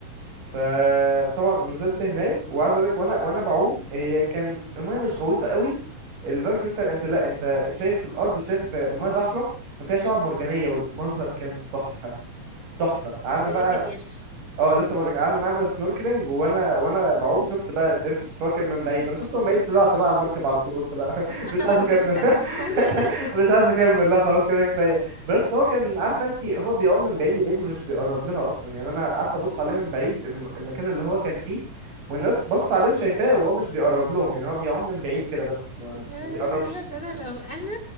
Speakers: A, on the right; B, on the left.
A: فطبعا نزلت هناك وعايز اقول لك وانا وانا بعوم هي كان المايه مش غويطه قوي لدرجه ان انت انت لا انت شايف الارض وشايف المايه ضحله ففيها شعاب مرجانيه والمنظر كان تحفه تحفه
B: بس
A: قعدنا بقى
B: لقيت القرش
A: اه لسه بقولك قعدنا نعمل سنوركلينج وانا وانا بعوم شفت بقى القرش بس هو كان من بعيد انا شفته من بعيد طلعت بقى على المركب على طول قلت لا <laughs>
B: اه
A: مش
B: طبعا
A: عايز اكمل
B: انت لسه هتستنى
A: <laughs>
B: <laughs>
A: مش عايز اكمل لا خلاص كده كفايه بس هو كان عارفه انت هو بيعوم من بعيد لبعيد مش بيقرب لنا اصلا يعني انا قعدت ابص عليه من بعيد الم- المكان اللي هو كان فيه والناس بص عليه وشايفاه وهو مش بيقرب لهم يعني هو بيعوم من بعيد كده بس ما,
B: لا
A: ما بيقربش
B: لا لا لا ده انا لو انا